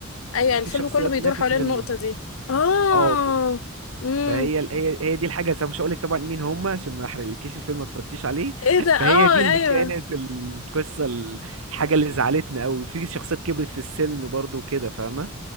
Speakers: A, on the left; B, on the right.
A: ايوه يعني
B: في
A: الفيلم
B: شخصيات
A: كله بيدور
B: ماتت
A: حوالين
B: منه
A: النقطة دي اه
B: اه ف-
A: امم
B: فهي هي هي دي الحاجه زي مش هقول لك طبعا مين هم عشان ما احرقلكيش الفيلم ما اتفرجتيش عليه
A: ايه
B: <laughs>
A: ده اه
B: فهي دي اللي
A: ايوه
B: كانت القصه الحاجه اللي زعلتنا قوي في شخصيات كبرت في السن برضو وكده فاهمه